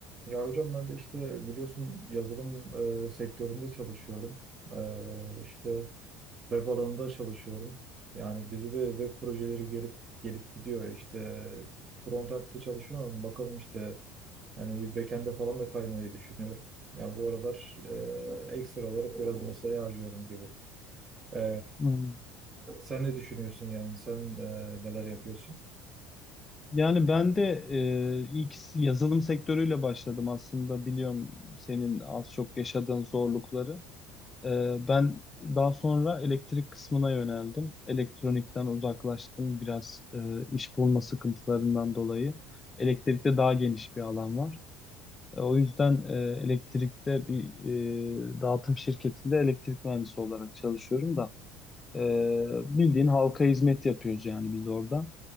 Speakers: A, on the right; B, on the left.
A: Ya hocam ben de işte biliyorsun yazılım e, sektöründe çalışıyorum. E, işte web alanında çalışıyorum. Yani bizi de web projeleri gelip gelip gidiyor. İşte frontend'de çalışıyorum. Bakalım işte yani bir backend'e falan da kaymayı düşünüyorum. Ya bu aralar e, ekstra olarak biraz mesai harcıyorum gibi. E,
B: Hmm.
A: sen ne düşünüyorsun yani? Sen e, neler yapıyorsun?
B: Yani ben de e, ilk yazılım sektörüyle başladım aslında biliyorum senin az çok yaşadığın zorlukları. E, ben daha sonra elektrik kısmına yöneldim. Elektronikten uzaklaştım biraz e, iş bulma sıkıntılarından dolayı. Elektrikte daha geniş bir alan var. E, o yüzden e, elektrikte bir e, dağıtım şirketinde elektrik mühendisi olarak çalışıyorum da e, bildiğin halka hizmet yapıyoruz yani biz orada.